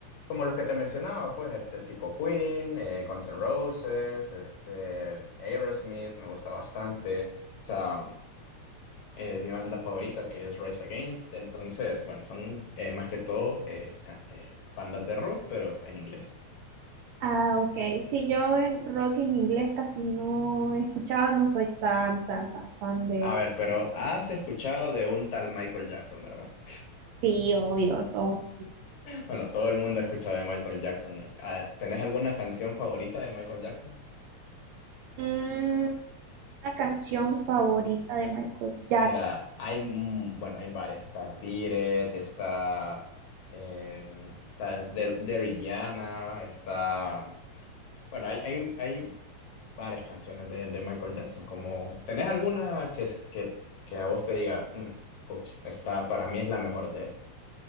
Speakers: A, on the left; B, on the right.
A: como los que te mencionaba, pues este tipo Queen, eh, Guns N' Roses, este Aerosmith, me gusta bastante. O sea eh, mi banda favorita, que es Rise Against. Entonces, bueno, son eh, más que todo eh, ca- eh, bandas de rock, pero en inglés.
B: Ah, ok. Sí, yo el rock en inglés casi no he escuchado, no soy tan, tan, tan fan de...
A: A ver, pero has escuchado de un tal Michael Jackson, ¿verdad? <laughs>
B: Sí, obvio, todo.
A: Bueno, todo el mundo ha escuchado de Michael Jackson. Ah, ¿Tenés alguna canción favorita de Michael Jackson?
B: Mm, una canción favorita de Michael Jackson.
A: Mira, hay, mm, bueno, hay varias. Está Beat It, está, eh, está Der- Dirty está... Bueno, hay, hay, un- hay varias canciones de, de Michael Jackson. Como, ¿tenés alguna que, es- que, que a vos te diga, "Mm, pucha, esta para mí es la mejor de él?